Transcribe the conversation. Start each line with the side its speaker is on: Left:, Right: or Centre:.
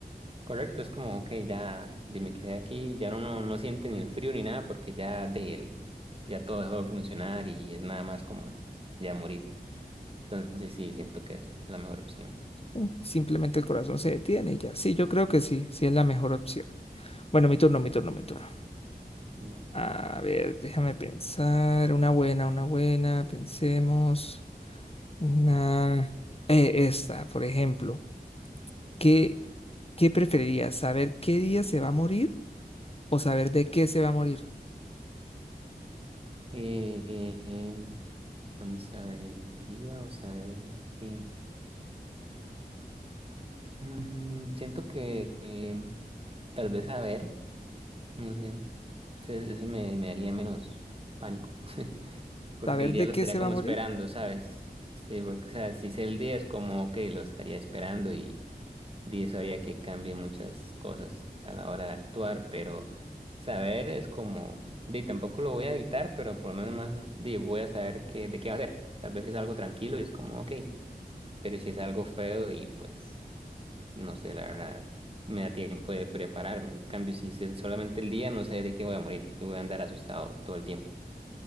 Right: Correcto, es como, ok, ya de- me quedé aquí, ya uno no no siente ni el frío ni nada porque ya de él, ya todo dejó de funcionar y es nada más como ya morir. Entonces sí, siento que es la mejor opción.
Left: Mm, Simplemente el corazón se detiene y ya. Sí, yo creo que sí, sí es la mejor opción. Bueno, mi turno, mi turno, mi turno.
Right: Dale.
Left: A ver, déjame pensar. Una buena, una buena. Pensemos. Una... eh, esta, por ejemplo. ¿Qué, qué preferirías? ¿Saber qué día se va a morir o saber de qué se va a morir?
Right: Eh, eh, vamos a ver el día, vamos a ver de qué. Mm, siento que eh, tal vez a ver, no sé, se- eso me, me haría menos pánico. <laughs> porque
Left: ¿Saber
Right: el día
Left: de
Right: lo
Left: qué
Right: estaría
Left: se
Right: como
Left: va a morir?
Right: esperando, ¿sabes? Sí, porque, o sea, si sé el día es como, que lo estaría esperando y, y eso haría que cambie muchas cosas a la hora de actuar, pero saber es como, di, tampoco lo voy a evitar, pero por lo menos más, di, voy a saber qué, de qué va a ser. Tal vez es algo tranquilo y es como, ok, pero si es algo feo y pues, no sé, la verdad, me da tiempo de prepararme. En cambio, si es solamente el día, no sé de qué voy a morir y voy a andar asustado todo el tiempo,